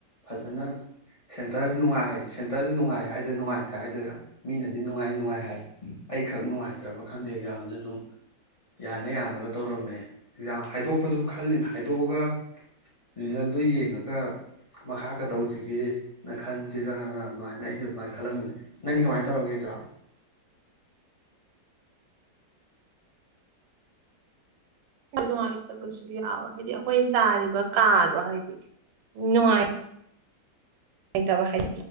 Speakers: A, on the left (about 40°); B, on the right (about 85°).
A: ꯐꯖꯅ ꯁꯦꯟꯇꯔ ꯅꯨꯡꯉꯥꯏ ꯁꯦꯟꯇꯔꯗ ꯅꯨꯡꯉꯥꯏ ꯍꯥꯏꯗꯣꯏ ꯅꯨꯡꯉꯥꯏꯇꯦ ꯍꯥꯏꯗꯣꯏꯔ ꯃꯤꯅꯗꯤ ꯅꯨꯡꯉꯥꯏ- ꯅꯨꯡꯉꯥꯏ ꯍꯥꯏ ꯑꯩꯈꯛ ꯅꯨꯡꯉꯥꯏꯇ꯭ꯔꯕ ꯈꯪꯗꯦ ꯑꯦꯛꯖꯥꯝꯗ ꯑꯗꯨꯝ ꯌꯥꯅ- ꯌꯥꯅꯕ ꯇꯧꯔꯝꯃꯦ ꯑꯦꯛꯖꯥꯝ ꯍꯥꯏꯗꯣꯛꯄꯁꯨ ꯈꯜꯂꯤꯅ ꯍꯥꯏꯗꯣꯛꯑꯒ ꯔꯤꯖꯜꯗꯨ ꯌꯦꯡꯉꯒ ꯃꯈꯥ ꯀꯗꯧꯁꯤꯒꯦꯅ ꯈꯟꯁꯤꯔꯅ ꯑꯗꯨꯃꯥꯏꯅ ꯑꯩꯁꯨ ꯑꯗꯨꯃꯥꯏꯅ ꯈꯜꯂꯝꯃꯤꯅꯤ ꯅꯪꯗꯤ ꯀꯃꯥꯏꯅ ꯇꯧꯔꯝꯒꯦ ꯑꯦꯖꯥꯝ?
B: ꯑꯩꯈꯣꯏ ꯅꯨꯡꯉꯥꯏꯇꯕꯁꯨ ꯌꯥꯎꯋꯦ ꯍꯥꯏꯗꯤ ꯑꯩꯈꯣꯏꯅ ꯇꯥꯔꯤꯕ ꯀꯥꯗꯣ ꯍꯥꯏꯗꯤ ꯅꯨꯡꯉꯥꯏ ꯂꯩꯩꯇꯕ ꯍꯥꯏ